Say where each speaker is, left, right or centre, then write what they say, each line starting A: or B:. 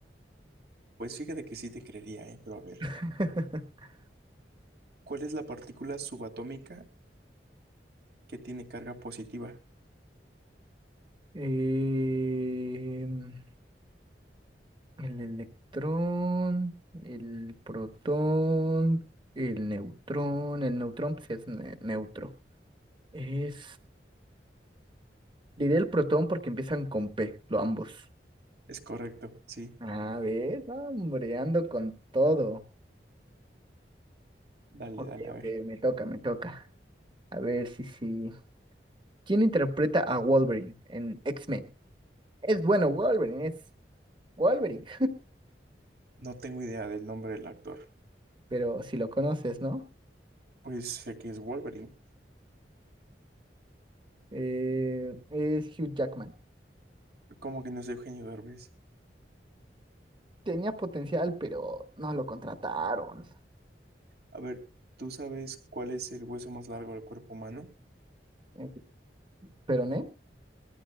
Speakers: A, on the right (about 60°); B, on the right (about 25°).
A: Pues fíjate que sí te creería, eh, pero a ver.
B: <laughs>
A: ¿Cuál es la partícula subatómica que tiene carga positiva?
B: Em, el electrón, el protón, el neutrón. El neutrón, pues es ne- neutro. Es. Diré el protón porque empiezan con P, lo ambos.
A: Es correcto, sí.
B: A ver, hombre, ando con todo.
A: Dale,
B: Ok,
A: dale, a
B: ok,
A: ver.
B: me toca, me toca. A ver si sí. ¿Quién interpreta a Wolverine en X-Men? Es bueno, Wolverine, es Wolverine.
A: No tengo idea del nombre del actor.
B: <laughs> Pero si lo conoces, ¿no?
A: Pues sé que es Wolverine.
B: Eh, es Hugh Jackman.
A: Como que no es Eugenio Derbez.
B: Tenía potencial, pero no lo contrataron.
A: A ver, ¿tú sabes cuál es el hueso más largo del cuerpo humano?
B: Eh, Peroné,